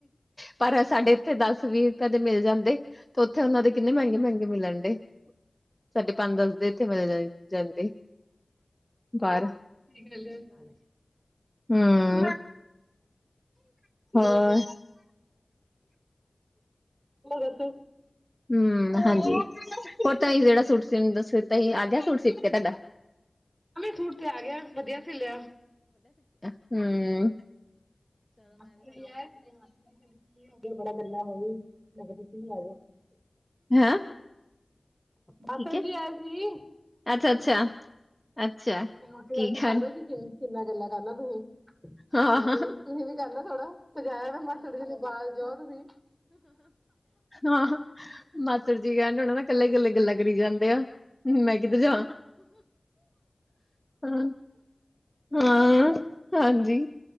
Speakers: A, in the centre; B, on the right.
A: ਪਰ ਅ ਸਾਡੇ ਇੱਥੇ ਦਸ ਵੀਹ ਰੁਪਏ ਦੇ ਮਿਲ ਜਾਂਦੇ ਤੇ ਉੱਥੇ ਉਹਨਾਂ ਦੇ ਕਿੰਨੇ ਮਹਿੰਗੇ ਮਹਿੰਗੇ ਮਿਲਣ ਡੇ। ਸਾਢੇ ਪੰਜ ਦੱਸਦੇ ਇੱਥੇ ਮਿਲ ਜਾਂਦੇ ਪਰ
B: ਸਹੀ ਗੱਲ ਹੈ ਸਹੀ
A: ਹਮ ਹੋਰ
B: ਲੈ ਦੱਸ
A: ਹਮ ਹਾਂਜੀ। ਹੋਰ ਤਾਂ ਜਿਹੜਾ ਸੂਟ ਦਿੱਤਾ ਆ ਗਿਆ ਸੂਟ ਸੀਪ ਕੇ ਤੁਹਾਡਾ
B: ਸੂਟ ਤੇ ਆ ਗਿਆ ਵਧੀਆ ਸਿਲਿਆ
A: ਹਮ
B: <unintelligible> ਬੜਾ ਗੱਲ ਹੋਈ। ਮੈਂ ਕਿਹਾ ਤੁਸੀ ਆ ਜਾਓ
A: ਹੈਂ
B: ਮਾਸੜ
A: ਕੀ ਕਿਹਾ
B: ਜੀ ਆਏ ਸੀ
A: ਅੱਛਾ-ਅੱਛਾ, ਅੱਛਾ ਅੱਛਾ
B: ਰੋਟੀ
A: ਕੀ
B: ਰਾਟੀ
A: ਕਹਿਣ
B: ਪਾ ਦੋ ਤੁਸੀ। ਕਿੰਨਾ ਗੱਲਾਂ ਕਰਨਾ ਤੁਸੀਂ
A: ਹਾਂ-ਹਾਂ
B: ਹੁਣ ਤੁਸੀਂ ਤੁਸੀਂ ਵੀ ਕਰਹਦਾ ਥੋੜਾ ਪਜਾਇਆ ਬਾਰ ਜਾਓ ਤੁਸੀਂ
A: ਹਾਂ ਮਾਸਟਰ ਜੀ ਕਹਿਣ ਹੋਣਾ ਨਾ ਇਕੱਲੇ ਕੱਲੇ ਗੱਲਾਂ ਕਰੀ ਜਾਂਦੇ ਮੈਂ ਕਿਧਰ ਜਾ ਹ ਹਾਂ ਹਾਂਜੀ